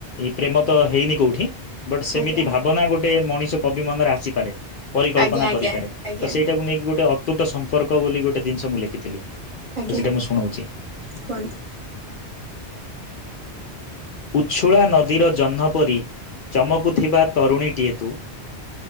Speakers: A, on the left; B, on the right.
A: ପ୍ରେମ ତ ହେଇନି କୋଉଠି। ବଟ୍ ସେମିତି
B: ଆଜ୍ଞା।
A: ଭାବନା ଗୋଟେ ମଣିଷ କବି ମନରେ ଆସିପାରେ ପରିକଳ୍ପନା
B: ଆଜ୍ଞା ଆଜ୍ଞା
A: କରିପାରେ
B: ଆଜ୍ଞା
A: ତ ସେଇ ଟାକୁ ନେଇକି ଗୋଟେ ଅତୁଟ ସମ୍ପର୍କ ବୋଲି ଗୋଟେ ଜିନିଷ ମୁଁ ଲେଖିଥିଲି।
B: ଆଜ୍ଞା
A: ତ ସେଇଟା ମୁଁ ଶୁଣଉଛି।
B: କୁହନ୍ତୁ।
A: ଉଛୁଳା ନଦୀର ଜହ୍ନ ପରି ଚମକୁଥିବା ତରୁଣୀଟିଏ ତୁ।